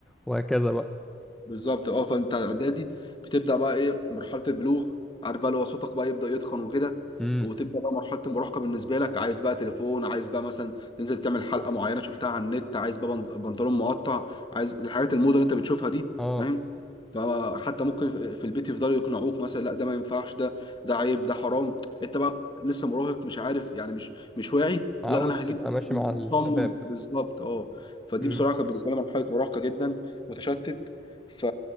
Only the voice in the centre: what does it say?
وهكذا بقى
امم
اه
عاوز
تبقى ماشي مع الشباب
امم